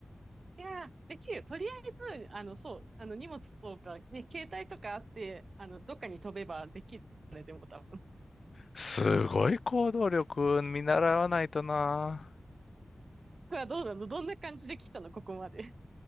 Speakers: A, on the right; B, on the left.
A: いやー、できるよ。とりあえず、あの、そう、あの、荷物とか、ね、携帯とかあって、あの、どっかに飛べばできる。ねでも多分。
B: すごい行動力見習わないとな。
A: これはどうなのどんな感じで来たのここまで。